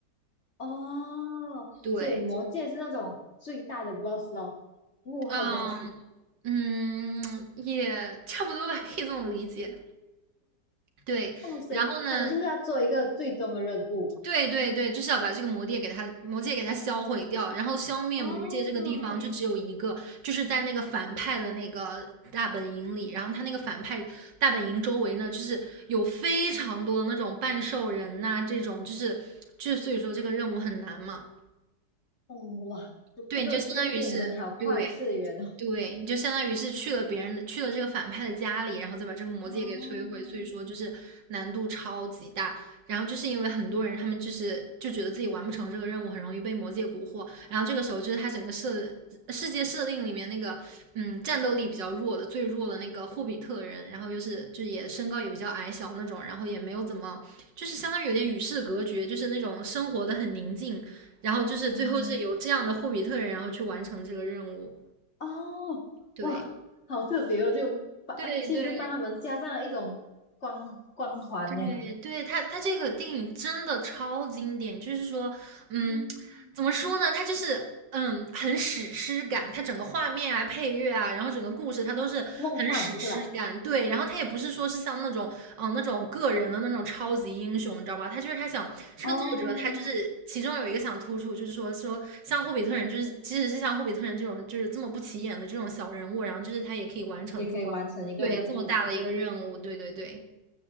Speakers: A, on the left (about 40°); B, on the right (about 85°).
A: 哦，
B: 对，
A: 所以魔界是那种最大的 boss 咯，幕后
B: 嗯嗯，
A: boss。
B: 也差不多吧，可以这么理解。对，
A: 哦，所以他们就是要做一个最终的任务。
B: 然后呢，对对对，就是要把这个魔戒给它魔界给它销毁掉，然后消灭魔界这个地方就只有一个，
A: 哦，
B: 就是在那个反派的那个大本营里，然后他那个反派大本营周围呢，就是有非常多的那种半兽人呐、这种就是就是所以说这个任务很难嘛，
A: 哦，哇，
B: 对，
A: 这个这个电影真的好跨次元哦。
B: 你就相当于是对对，你就相当于是去了别人的，去了这个反派的家里，然后再把这个魔戒给摧毁，
A: 哦，
B: 所以说就是难度超级大。然后就是因为很多人他们就是就觉得自己完不成这个任务，很容易被魔戒蛊惑。然后这个时候就是他整个设世界设定里面那个嗯战斗力比较弱的最弱的那个霍比特人，然后又是就也身高也比较矮小那种，然后也没有怎么就是相当于有点与世隔绝，就是那种生活的很宁静。然后就是最后是由这样的霍比特人然后去完成这个任务，
A: 嗯，哦，
B: 对。
A: 哇，好特别哦，就把呃其实帮他们加上了一种光光环呢，
B: 对对对对，他他这个电影真的超经典，就是说，嗯，
A: 嗯
B: 怎么说呢？他就是嗯很史诗感，他整个画面啊、配乐啊，然后整个故事他都是很史诗感。
A: 梦幻是吧？
B: 对，然后他也不是说是像那种嗯那种个人的那种超级英雄，你知道吧？他就是他想这个作者，
A: 哦，
B: 他就是其中有一个想突出，就是说说像霍比特人，就是即使是像霍比特人这种就是这么不起眼的这种小人物，然后就是他也可以完成这么对这么大的一个任务。
A: 也可以完成一个任务，是吧？
B: 对对对。